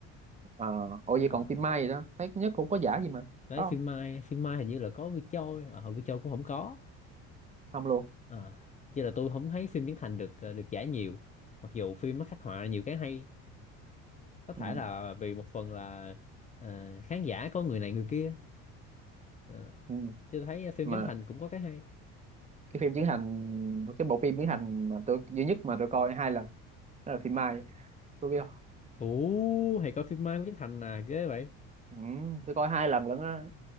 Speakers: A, on the right; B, on the left.
A: ờ, ủa vậy
B: Ờ.
A: còn phim Mai gì đó? Thấy nhất cũng có giải gì mà.
B: đấy
A: Có
B: phim
A: không?
B: mai phim mai hình như là có Vi Châu ở Vi Châu cũng không có
A: Không luôn.
B: à, chứ là tôi không thấy phim Trấn Thành được ờ, được giải nhiều mặc dù phim nó khắc họa nhiều cái hay có thể
A: Ừm,
B: là vì một phần là ờ, khán giả có người này người kia Ờ.
A: ừm.
B: chứ tôi thấy phim
A: Mà
B: Trấn Thành cũng có cái hay
A: cái phim Trấn Thành cái bộ phim Trấn Thành mà tôi duy nhất mà tôi coi hai lần đó là phim Mai tôi biết
B: ủ thầy coi phim mai của Trấn Thành à ghê vậy
A: ừ, tôi coi hai lần lận á